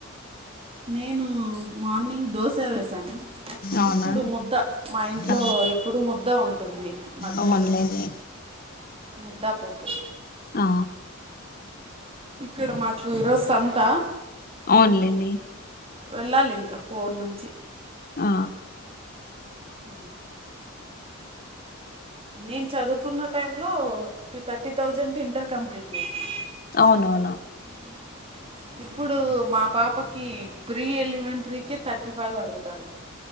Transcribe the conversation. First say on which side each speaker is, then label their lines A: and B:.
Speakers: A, on the right; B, on the left.
A: నేను మార్నింగ్ దోశ వేసాను
B: అవునా
A: ఇప్పుడు ముద్ద మా ఇంట్లో
B: ఆ,
A: ఇప్పుడు ముద్ద ఉంటుంది మధ్యాహ్నం
B: అవునులేండి
A: ముద్ద పప్పు
B: ఆ
A: ఇక్కడ మాకు ఈరోజు సంత
B: అవునులేండి
A: వెళ్ళాలి ఇంకా ఫోర్ నుంచి
B: ఆ
A: అ నేను చదువుకున్న టైం లో two thirty thousand inter complete చేసినా
B: అవునవును
A: అ ఇప్పుడు మా పాపకి ప్రీ ఎలిమెంటరీ క థర్టీ ఫైవ్ అడుగుతన్నారు